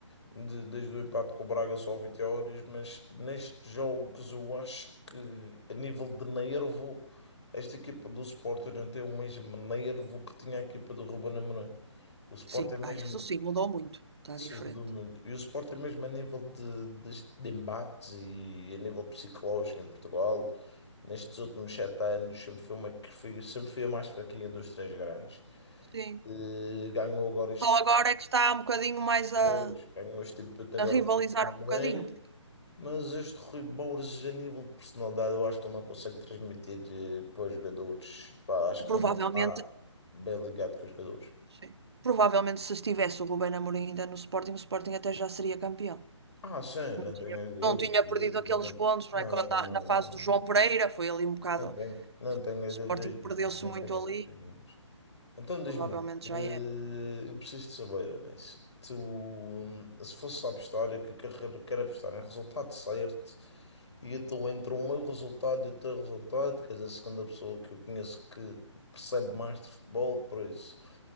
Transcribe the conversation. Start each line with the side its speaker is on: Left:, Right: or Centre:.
Left: de- desde o empate com o Braga só 20 horas, mas nestes jogos eu acho que a nível de nervo, esta equipa do Sporting não tem o mesmo nervo que tinha a equipa do Ruben Amorim. O Sporting
Right: Sim,
Left: é mesmo.
Right: ah, isso sim, mudou muito. Está
Left: Sim,
Right: diferente.
Left: mudou muito. E o Sport é mesmo a nível de, deste- de, embates e a nível psicológico em Portugal, nestes últimos
Right: Sim.
Left: sete anos, sempre foi uma que foi, sempre foi a mais fraquinha dos três grandes.
Right: Sim.
Left: Eh, ganhou agora este,
Right: Só agora é que está um bocadinho mais
Left: pois,
Right: a,
Left: ganhou este empate agora
Right: a rivalizar
Left: com o Ruben Amorim,
Right: um bocadinho, porque
Left: mas este Rui Borges, a nível de personalidade, eu acho que ele não consegue transmitir eh, para os jogadores. Pá, acho que
Right: provavelmente.
Left: ele não está bem ligado com os jogadores.
Right: Sim. Provavelmente se estivesse o Ruben Amorim ainda no Sporting, o Sporting até já seria campeão.
Left: Ah, sim,
Right: Não
Left: não
Right: tinha,
Left: tenho dúvidas.
Right: não tinha
Left: Eu-
Right: perdido aqueles pontos, não
Left: Não,
Right: é? Quando
Left: não,
Right: na, na
Left: não,
Right: fase
Left: não.
Right: do João Pereira foi ali um bocado.
Left: Não tenho,
Right: O
Left: não tenho as
Right: Sporting
Left: dúvidas nenhumas,
Right: perdeu-se
Left: não
Right: muito
Left: tenho as
Right: ali,
Left: dúvidas nenhumas. Então diz-me
Right: provavelmente
Left: lá,
Right: já
Left: eh,
Right: era.
Left: eu preciso de saber, Anís, tu, hum, se fosse a apostar, é que eu quero quero apostar em resultado certo, e então entre o meu resultado e o teu resultado, que és a segunda pessoa que eu conheço que percebe mais de futebol, por isso,